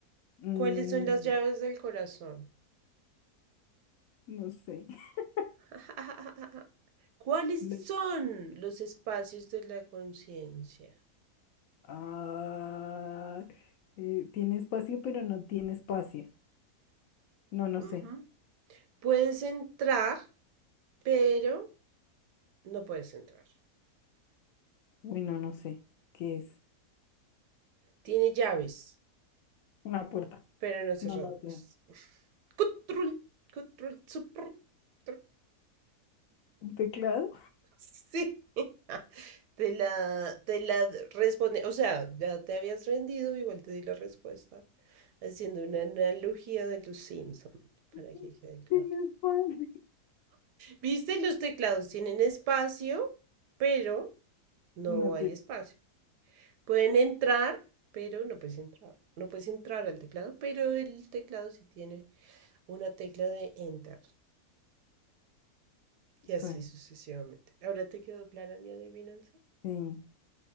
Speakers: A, on the left; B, on the right.
A: Mm,
B: ¿Cuáles son las llaves del corazón?
A: no sé. <laughs>
B: <laughs> ¿Cuáles
A: Le-
B: son los espacios de la conciencia?
A: Ah, eh, tiene espacio, pero no tiene espacio. No, no
B: Ujú.
A: sé.
B: Puedes entrar, pero no puedes entrar.
A: Uy, no, no sé. ¿Qué es?
B: Tiene llaves,
A: Una puerta.
B: pero no cerraduras.
A: No, no sé.
B: <laughs> Control, control, suprul, <laughs>
A: ¿Un teclado?
B: Sí, <laughs> te la, te la responde, o sea, ya te habías rendido, igual te di la respuesta, haciendo una analogía de los Simpson, para
A: <laughs>
B: que quede claro.
A: Tiene espacio.
B: Viste, los teclados tienen espacio, pero no
A: No
B: hay
A: tiene.
B: espacio. Pueden entrar, pero no puedes entrar. No puedes entrar al teclado, pero el teclado sí tiene una tecla de enter. Y así
A: Sí.
B: sucesivamente. ¿Ahora te quedó clara mi adivinanza?
A: sí.